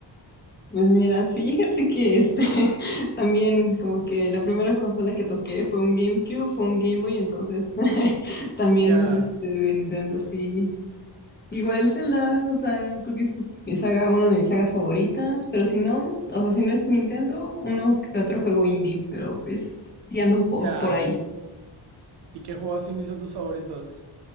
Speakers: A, on the left (about 20°); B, on the right (about 60°).
A: Pues mira, fíjate que este <laughs> también como que la primera consola que toqué fue un GameCube, fue un Game Boy, entonces <laughs> también
B: Ya,
A: este de Nintendo sí Igual Zelda, o sea, creo que es su- mi saga, una de mis sagas favoritas, pero si no, o sea, si no es Nintendo, uno que otro juego indie, pero pues sí ando un po
B: ya.
A: por ahí.
B: ¿Y qué juegos indie son tus favoritos?